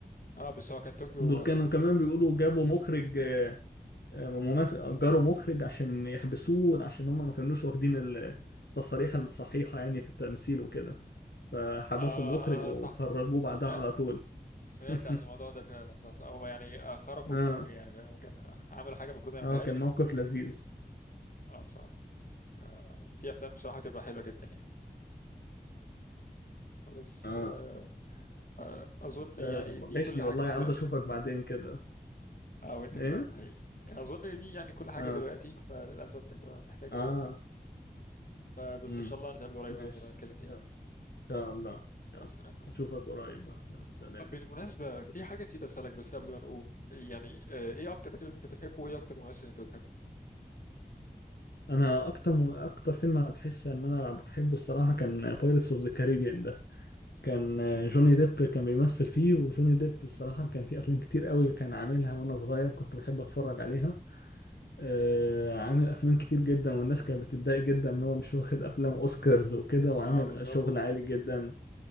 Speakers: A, on the left (about 55°); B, on the left (about 80°).
A: اه بس هو كان طوكيو
B: دول كانوا
A: كان
B: كمان بيقولوا جابوا مخرج آه، آه، ممثل اجروا مخرج عشان يحبسوه عشان هم ما كانوش واخدين ال- التصاريح الصحيحة يعني في التمثيل وكده فحبسوا
A: اه, آه
B: المخرج وخرجوه
A: آه، صح سمعت
B: بعدها على طول
A: سمعت
B: <laughs>
A: عن الموضوع ده فعلا صح, صح. هو يعني آه، خرقوا
B: اه
A: القانون يعني فاهم كان آه، عملوا حاجه المفروض ما يعملوهاش
B: اه كان موقف لذيذ
A: اه بصراحه آه في افلام بصراحه بتبقى حلوه جدا يعني خلاص
B: اه
A: آه آه اظن
B: آه،
A: يعني
B: وحشني
A: دي كل
B: والله
A: حاجه لحد
B: عاوز
A: دلوقتي
B: اشوفك بعدين كده
A: اه وانت
B: ايه
A: كمان حقيقي يعني اظن دي يعني كل حاجه
B: اه
A: دلوقتي فللاسف آه، محتاج
B: اه
A: اقوم فبس
B: امم
A: ان شاء الله نتقابل قريب
B: ماشي
A: باذن الله نتكلم تاني
B: يلا، ان شاء الله يلا
A: مع السلامه
B: اشوفك قريب بقى يلا سلام
A: طب بالمناسبة في حاجة نسيت أسألك بس قبل ما نقوم يعني آه، إيه أكتر فيلم أنت بتحبه وإيه أكتر ممثل أنت بتحبه؟
B: انا اكتر اكتر فيلم انا بحس ان انا بحبه الصراحه كان بايرتس اوف ذا كاريبيان ده كان آه، جوني ديب كان بيمثل فيه وجوني ديب الصراحه كان في افلام كتير قوي كان عاملها وانا صغير كنت بحب اتفرج عليها آه، عامل افلام كتير جدا والناس كانت بتتضايق جدا ان هو مش واخد افلام اوسكارز وكده وعامل
A: اه بالظبط
B: شغل عالي جدا